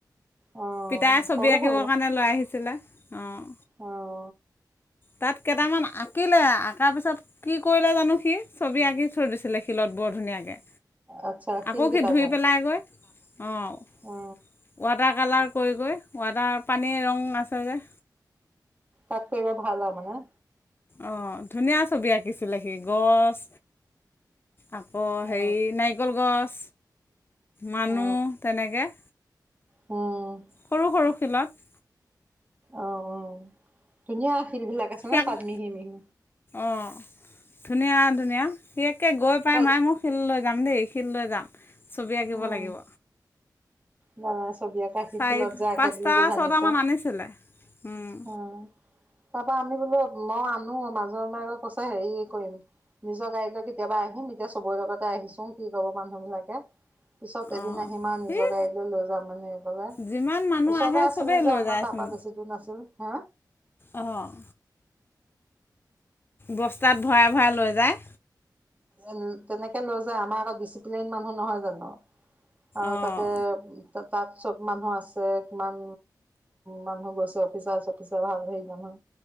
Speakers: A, on the right (about 20°); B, on the left (about 30°).
A: অ
B: পিতায়ে ছবি
A: সৰু
B: আঁকিব
A: সৰু
B: কাৰণে লৈ আহিছিলোঁ। অঁ।
A: অঁ।
B: তাত কেইটামান আঁকিলে, আঁকাৰ পিছত কি কৰিলে জানো সি? ছবি আঁকি থৈ দিছিলে শিলত বৰ ধুনীয়াকে।
A: আচ্ছা শিলকেইটাতে
B: আকৌ সি ধুই পেলাইগৈ। অঁ।
A: অ
B: ৱাটাৰ কালাৰ কৰি, কৰি ৱাটাৰ, পানীৰ ৰং আছে যে।
A: তাত কৰিলে ভাল আও মানে।
B: অঁ, ধুনীয়া ছবি আঁকিছিলে সি, গছ আকৌ,
A: অ
B: হেৰি নাৰিকল গছ, মানুহ,
A: অ
B: তেনেকে।
A: উম।
B: সৰু, সৰু শিলত।
A: অঁ অঁ, ধুনীয়া শিল বিলাক আছে ন',
B: সি
A: তাত মিহি, মিহি।
B: অঁ, ধুনীয়া, ধুনীয়া সি একে গৈ পাই
A: কল
B: মাই মোক শিল লৈ যাম দেই, শিল লৈ যাম, ছবি আঁকিব
A: উম
B: লাগিব।
A: জানা ছবি আঁকা
B: চাৰি
A: শিলত যে আঁকে
B: পাঁচটা
A: বুলি যে জানিছে
B: ছটামান আনিছিলে। উম।
A: অ তাৰ পৰা আমি বোলো, মই আনো। মাজৰ মাকে কৈছে হেৰি কৰিম। নিজৰ গাড়ী লৈ কেতিয়াবা আহিম। এতিয়া চবৰে লগতে আহিছো কি কব মানুহ বিলাকে। পিছত এদিন
B: অঁ
A: আহি আও নিজৰ
B: এই
A: গাড়ীত। লৈ যাম এনেকে কলে
B: যিমান মানুহ
A: ওচৰতে
B: আহে
A: আছিলে
B: চবেই
A: যে,
B: লৈ
A: আমাৰ
B: যায়চোন
A: তাৰপৰা বেছি দূৰ নাছিল। হে?
B: অঁ বস্তাত ভৰাই ভৰাই লৈ যায়।
A: উম, তেনেকে লৈ আমাৰ আকৌ ডিচিপ্লিন মানুহ নহয় জানো? আৰু
B: অঁ
A: তাতে তাত চব মানুহ আছে কিমান মানুহ কেছে অফিচাৰ চফিচৰ ভাল হেৰি যায়